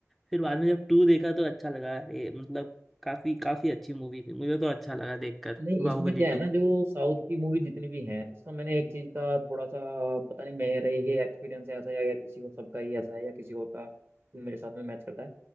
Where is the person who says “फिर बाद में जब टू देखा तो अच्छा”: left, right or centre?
Centre